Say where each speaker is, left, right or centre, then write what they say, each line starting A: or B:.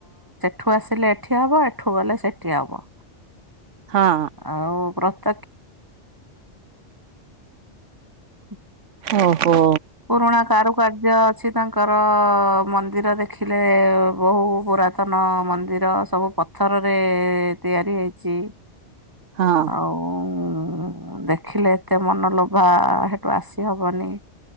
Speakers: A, on the right; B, on the right.
A: ଠୁ ଆସିଲେ ଏଠି ହବ ଏଠୁ ଗଲେ ସେଠି ହବ।
B: ହଁ
A: ଆଉ ପ୍ରତ୍ୟକ୍ଷ। ହ।
B: ଓହୋ
A: ପୁରୁଣା କାରୁକାର୍ଯ୍ୟ ଅଛି। ତାଙ୍କର ମନ୍ଦିର ଦେଖିଲେ ବହୁ ପୁରାତନ ମନ୍ଦିର ସବୁ ପଥରରେ ତିଆରି ହେଇଛି।
B: ହଁ
A: ଆଉ ଦେଖିଲେ ଏତେ ମନ ଲୋ ବା ସେଠୁ ଆସି ହବନି।